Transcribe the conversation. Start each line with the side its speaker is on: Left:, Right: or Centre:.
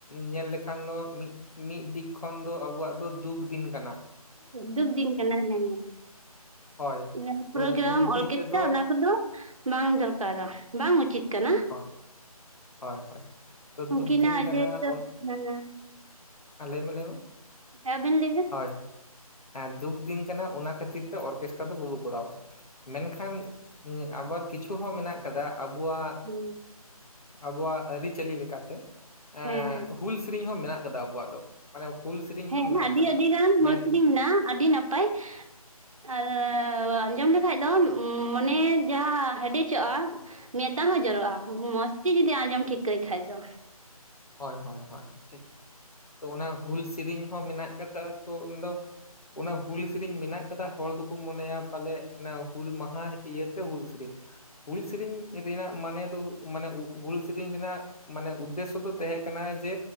Left: ᱧᱮᱞ ᱞᱮᱠᱷᱟᱱ ᱫᱚ ᱢᱤᱫ ᱢᱤᱫ ᱫᱤᱠ ᱠᱷᱚᱱ ᱫᱚ ᱟᱵᱚᱣᱟᱜ ᱫᱚ ᱫᱩᱠᱫᱤᱱ ᱠᱟᱱᱟ ᱾
Right: ᱫᱩᱠ ᱫᱤᱱ ᱠᱟᱱᱟ ᱦᱮᱸ ᱾
Left: ᱦᱳᱭ ᱛᱚ
Right: ᱯᱨᱳᱜᱨᱟᱢ
Left: ᱫᱩᱠ ᱫᱤᱱ
Right: ᱚᱨᱜᱮᱥᱴᱟᱨ
Left: ᱨᱮᱫᱚ
Right: ᱚᱱᱟ ᱠᱚᱫᱚ ᱵᱟᱝ ᱫᱚᱨᱠᱟᱨᱟ ᱵᱟᱝ ᱩᱪᱤᱛ ᱠᱟᱱᱟ ᱾
Left: ᱦᱳᱭ ᱦᱳᱭ ᱦᱳᱭ ᱛᱚ
Right: ᱩᱱᱠᱤᱱᱟᱜ
Left: ᱫᱩᱠ ᱫᱤᱱ ᱠᱟᱱᱟ
Right: ᱡᱮᱦᱮᱛᱩ
Left: ᱚᱱ
Right: ᱦᱮᱸ
Left: ᱞᱟᱹᱭ ᱢᱮ, ᱞᱟᱹᱭ ᱢᱮ,
Right: ᱦᱮᱸ ᱟᱵᱮᱱ ᱞᱟᱹᱭ ᱵᱮᱱ
Left: ᱦᱳᱭ ᱦᱮᱸ ᱫᱩᱠ ᱫᱤᱱ ᱠᱟᱱᱟ ᱚᱱᱟ ᱠᱷᱟᱹᱛᱤᱨ ᱛᱮ ᱚᱨᱜᱮᱥᱴᱟᱨ ᱫᱚ ᱵᱟᱵᱚ ᱠᱚᱨᱟᱣᱟ ᱢᱮᱱᱠᱷᱟᱱ ᱟᱵᱟᱨ ᱠᱤᱪᱷᱩ ᱦᱚᱸ ᱢᱮᱱᱟᱜ ᱠᱟᱫᱟ ᱟᱵᱚᱣᱟᱜ
Right: ᱦᱩᱸ ᱾
Left: ᱟᱵᱚᱣᱟᱜ ᱟᱹᱨᱤᱪᱟᱹᱞᱤ ᱞᱮᱠᱟᱛᱮ ᱮᱸ
Right: ᱦᱮᱸ
Left: ᱦᱩᱞ ᱥᱤᱨᱤᱧ ᱦᱚᱸ ᱢᱮᱱᱟᱜ ᱠᱟᱫᱟ ᱟᱵᱚᱣᱟᱜ ᱫᱚ ᱾ ᱢᱟᱱᱮ ᱦᱩᱞ ᱥᱤᱨᱤᱧ
Right: ᱦᱮᱸ
Left: ᱦᱚᱸ ᱢᱮᱱᱟᱜ
Right: ᱦᱮᱸ ᱟᱹᱰᱤ
Left: ᱠᱟᱫᱟ
Right: ᱟᱹᱰᱤ ᱜᱟᱱ
Left: ᱢᱮᱱ ᱾
Right: <unintelligible> ᱟᱹᱰᱤ ᱱᱟᱯᱟᱭ ᱾ ᱟᱨ ᱟᱸᱡᱚᱢ ᱞᱮᱠᱷᱟᱡᱽ ᱫᱚ ᱢᱚᱱᱮ ᱡᱟ ᱦᱮᱰᱮᱡᱚᱜᱼᱟᱸ᱾ ᱢᱮᱫ ᱫᱟᱜ ᱦᱚᱸ ᱡᱚᱨᱚᱜᱼᱟ ᱢᱚᱪ ᱛᱮ ᱡᱩᱫᱤ ᱟᱸᱡᱚᱢ ᱴᱷᱤᱠᱟᱹᱭ ᱠᱷᱟᱡᱽ ᱫᱚ
Left: ᱦᱳᱭ ᱦᱳᱭ ᱦᱳᱭ ᱴᱷᱤᱠ ᱾ ᱛᱚ ᱚᱱᱟ ᱦᱩᱞ ᱥᱤᱨᱤᱧ ᱦᱚᱸ ᱢᱮᱱᱟᱜ ᱠᱟᱫᱟ ᱛᱚ ᱩᱱ ᱫᱚ ᱚᱱᱟ ᱦᱩᱞ ᱥᱤᱨᱤᱧ ᱢᱮᱱᱟᱜ ᱠᱟᱫᱟ ᱦᱚᱲ ᱫᱚᱠᱚ ᱢᱚᱱᱮᱭᱟ ᱯᱟᱞᱮᱜ ᱚᱱᱮ ᱦᱩᱞ ᱢᱟᱦᱟ ᱤᱭᱟᱹᱛᱮ ᱦᱩᱞ ᱥᱤᱨᱤᱧ ᱦᱩᱞ ᱥᱤᱨᱤᱧ ᱨᱮᱱᱟᱜ ᱢᱟᱱᱮ ᱫᱚ ᱢᱟᱱᱮ ᱦᱩᱞ ᱥᱤᱨᱤᱧ ᱨᱮᱱᱟᱜ ᱢᱟᱱᱮ ᱩᱫᱽᱫᱮᱥᱥᱚ ᱠᱚᱫᱚ ᱛᱟᱦᱮᱸ ᱠᱟᱱᱟ ᱡᱮ